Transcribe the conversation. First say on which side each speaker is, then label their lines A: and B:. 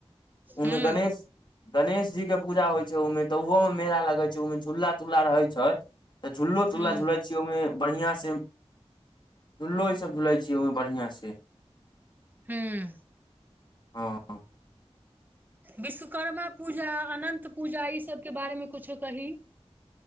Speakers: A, on the left; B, on the right.
A: उ
B: हूँ
A: मे गणेश गणेश जी के पूजा होय छै ओय मे तऽ उहो मे मेला लगै छै, उमे झूला-तुल्ला रहै छै। तऽ झुलो तुल्ला
B: हूँ
A: झुलै छीयौ ओयमे बढ़िया से झूल्लो ई सब झुलय छियै ओय मे बढ़िया से।
B: हुं।
A: हां।
B: विश्वकर्मा पूजा, अनन्त पूजा ई सबके बारेमे कुछो कही?